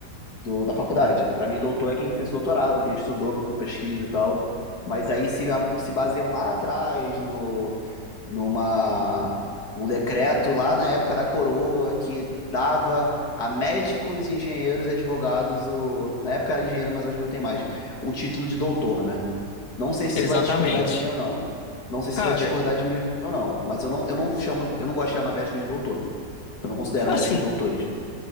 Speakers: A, on the left; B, on the left.
A: do- da faculdade. Para mim, doutor é quem fez o doutorado, quem estudou, pesquisa e tal. Mas aí se, a- se baseiam lá atrás no, numa, num decreto lá na época da coroa que dava a médicos, engenheiros e advogados o, na época era engenheiro, mas hoje não tem mais, o título de doutor, né? Não sei se
B: Exatamente.
A: você vai discordar de mim ou não. Não sei se
B: Cara,
A: vai discordar de mim ou não, mas eu não, eu não chamo, eu não gosto de chamar médicos de doutor. Eu não considero
B: assim.
A: médicos doutores.